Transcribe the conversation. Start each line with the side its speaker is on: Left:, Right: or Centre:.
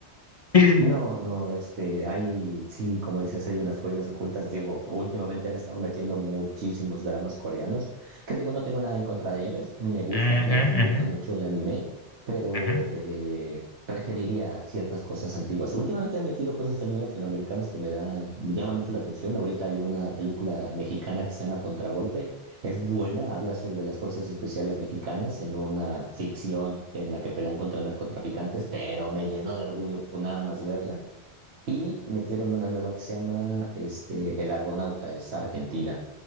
Left: <laughs>
Right: No, no, este, hay, sí, como dices, hay unas joyas ocultas. Digo, últimamente han estado metiendo muchísimos dramas coreanos, que digo, no tengo nada en contra de ellos, me gusta,
Left: Ujú,
Right: de hecho me gusta
Left: ujú,
Right: mucho el anime, pero
Left: ujú.
Right: eh, preferiría ciertas cosas antiguas. Últimamente han metido cosas también latinoamericanas que me da, me llaman mucho la atención. Ahorita hay una película mexicana que se llama Contragolpe, es buena, habla sobre las fuerzas especiales mexicanas en una ficción en la que pelean contra narcotraficantes, pero me llenó de orgullo por nada más verla. Y metieron una nueva que se llama este, El Argonauta, es argentina.